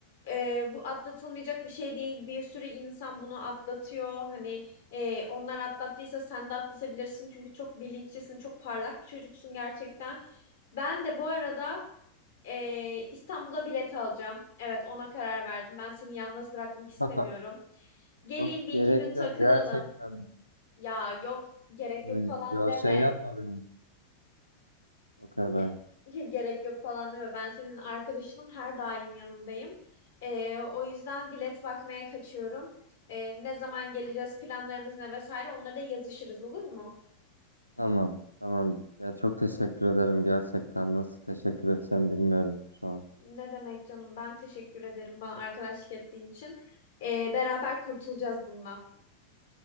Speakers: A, on the left (about 60°); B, on the right (about 90°).
A: E, bu atlatılmayacak bir şey değil. Bir sürü insan bunu atlatıyor. Hani e, onlar atlattıysa sen de atlatabilirsin. Çünkü çok bilinçlisin, çok parlak bir çocuksun gerçekten. Ben de bu arada ee, İstanbul'da bilet alacağım. Evet, ona karar verdim. Ben seni yalnız bırakmak istemiyorum.
B: <laughs>
A: Geleyim
B: Yok,
A: bir
B: gerek
A: iki gün takılalım.
B: yok gerçekten.
A: Ya yok, gerek
B: Yani
A: yok falan
B: yo-
A: deme.
B: şey yapma benim. O kadar.
A: Ge- <laughs> gerek yok falan deme. Ben senin arkadaşınım, her daim yanındayım. Ee, o yüzden bilet bakmaya kaçıyorum. Ee, ne zaman geleceğiz, planlarımız ne vesaire onları da yazışırız olur mu?
B: Tamam, tamam. Ya çok teşekkür ederim gerçekten. Nasıl teşekkür edeceğim bilmiyorum şu an.
A: Ne demek canım, ben teşekkür ederim bana arkadaşlık ettiğin için. Ee, beraber kurtulacağız bundan.